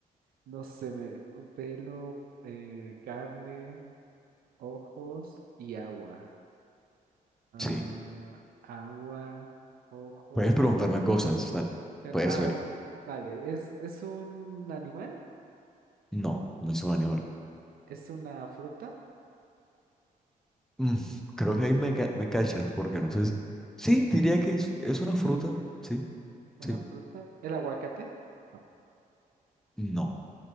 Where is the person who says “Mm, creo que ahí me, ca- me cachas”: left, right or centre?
Centre